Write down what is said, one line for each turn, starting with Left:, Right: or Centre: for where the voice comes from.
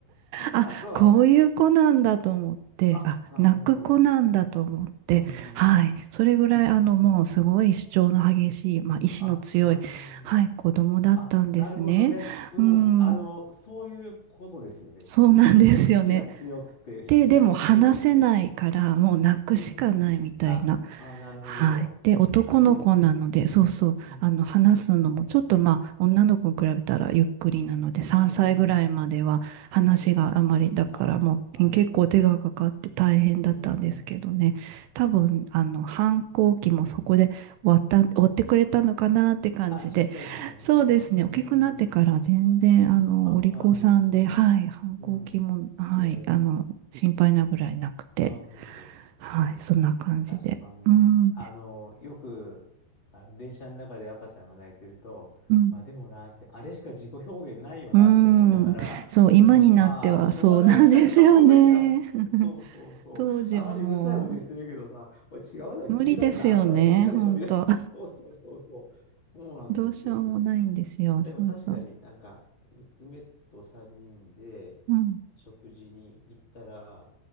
Right: あ、
Left: あ、そうなのね。
Right: こういう子なんだと思って、
Left: あ、
Right: あ、
Left: なるほど。
Right: 泣く子なんだと思って、
Left: うん。
Right: はい。それぐらい、あの、もうすごい主張の激しい、まあ、意志の強い、
Left: あ、なるほど。
Right: はい、子供だったんですね。
Left: あ、なるほどね。うん。
Right: うん、
Left: あの、そういうことですよね。
Right: そうなんですよね。
Left: 意志が強くて、し自己主張が強いって。
Right: で、でも話せないから、もう泣くしかないみたいな。
Left: うん。あ、あ、なるほど。
Right: はい。で、男の子なので、
Left: あ、よく、うん、
Right: そうそう、
Left: うん。
Right: あの、話すのも、ちょっとまあ、女の子に比べたらゆっくりなので、3歳ぐらいまでは話があまり、
Left: うん、うん、うん、うん。うんあ、
Right: だからもう結構手がかかって大変だったんですけどね、
Left: なるほど。うん、うん、うん、うん。
Right: 多分、
Left: うん
Right: あの、反抗期もそこで終わった、終わってくれたのかなって感じで、
Left: あ、ちっちゃい時のね。
Right: そうですね、
Left: うん、
Right: 大きくなってから全然、
Left: うん。うん
Right: あの、
Left: あ、
Right: お利口さんで、
Left: なるほど、なるほど。
Right: はい、反抗期も、
Left: うん。
Right: はい、
Left: へ
Right: あの、
Left: え
Right: 心配なぐらいなくて、
Left: なるほど。
Right: はい、
Left: う
Right: そんな感じで。
Left: ん。確かに、
Right: うん、
Left: あの、よく、あの電車の中で赤ちゃんが泣いてると、
Right: うん、
Left: まあでもな、つってあれしか自己表現ないよなと思いながら、
Right: うん、そう、今になってはそうなんですよね。
Left: うん、まあ、しょうがないじゃんと思う時がある。<laughs>
Right: <laughs>
Left: そうそうそう。
Right: 当時はも
Left: たまにうるさいことしてるけどさ、おい違うだろ、君だってな、
Right: う無理ですよね、
Left: あなただって泣いたでしょみたいな。
Right: 本当。
Left: <laughs> そうそうそうそう。そうなんですよ、
Right: どうしようもないんですよ、
Left: 本当に。でも確かになんか、
Right: そうそう。
Left: 娘と3人で
Right: うん、
Left: 食事に行ったら、